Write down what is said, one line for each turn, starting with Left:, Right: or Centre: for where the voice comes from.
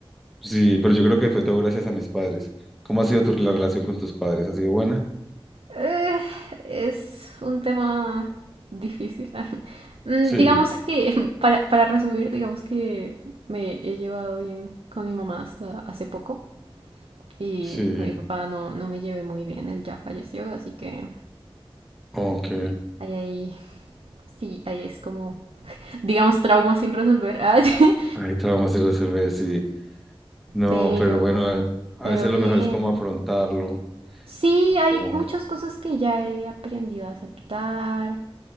Centre: Sí, pero yo creo que fue todo gracias a mis padres. ¿Cómo ha sido tu, la relación con tus padres? ¿Ha sido buena?
Right: Eh, es un tema difícil. <laughs> Mm,
Centre: Sí,
Right: Digamos que, <laughs> para, para resumir, digamos que me he llevado bien con mi mamá hasta hace poco. Y
Centre: sí.
Right: con mi papá no, no me llevé muy bien, él ya falleció, así que
Centre: Ok.
Right: ahí, ahí, sí, ahí es como, digamos, trauma sin resolver. <laughs>
Centre: Hay traumas sin resolver, sí. No,
Right: Pero,
Centre: pero bueno, a, a
Right: pero
Centre: veces lo
Right: bien.
Centre: mejor es como afrontarlo,
Right: Sí, hay
Centre: como
Right: muchas cosas que ya he aprendido a aceptar.